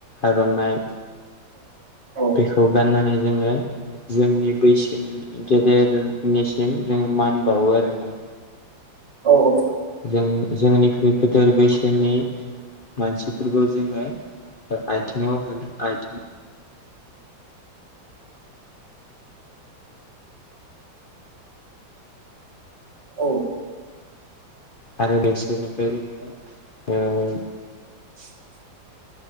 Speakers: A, on the left; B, on the right.
A: आर'नाइ
B: औ
A: बेखौ गाननानै जोङो जोंनि बैसोनि गेदेरनिसिम जोङो मान बावो आरोना
B: औ औ
A: जों जोंनिख्रुइ गेदेर बैसोनि मानसिफोरखौ जोङो ओ आइथिङाव होन आइथिं
B: औ
A: आरो बेसोरनिफ्राय जोङो ओ
B: <inaudible>